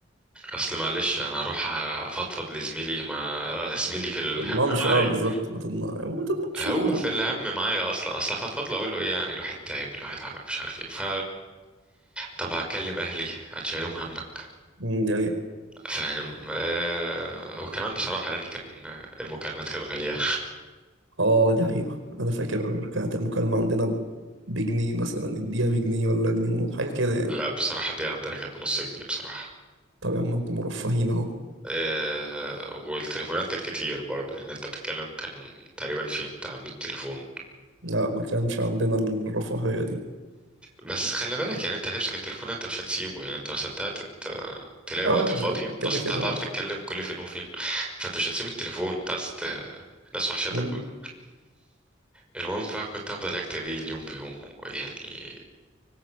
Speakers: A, in the centre; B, on the right (about 85°).
A: اصل معلش انا هروح افضفض لزميلي ما <laughs> زميلي في الهم
B: تضمنش
A: معايا
B: اه بالظبط ما تضمنش وما تضمنش
A: هو
B: برضه
A: في الهم معايا اصلا اصلا فضل اقول له ايه يعني الواحد تعب الواحد عمل مش عارف ايه ف طب هكلم اهلي هتشيلهم همك
B: مم، دي حقيقة
A: فاهم آه وكمان بصراحه يعني كان المكالمات كانت غاليه
B: اه دي حقيقة أنا فاكر كانت المكالمة عندنا بجنيه مثلا اديها بجنيه ولا جنيه حاجة كده يعني
A: لا بصراحه دي عندنا كانت بنص جنيه بصراحه
B: طب يا عم انتوا مرفهين اهو
A: آه والتليفونات كانت كتير برضه يعني انت بتتكلم كان تقريبا في بتاع 100 تليفون
B: لا ما كانش عندنا الرفاهية دي
A: بس خلي بالك يعني انت هتمسك التليفون انت مش هتسيبه يعني انت ما صدقت ت- تلاقي
B: اه
A: وقت فاضي
B: لا كده
A: اصل
B: كده
A: انت هتعرف تتكلم كل فين وفين فانت مش هتسيب التليفون انت عايز ت- الناس وحشتك
B: مم.
A: برضه المهم فكنت هفضل اكتب ايه اليوم بيومه يعني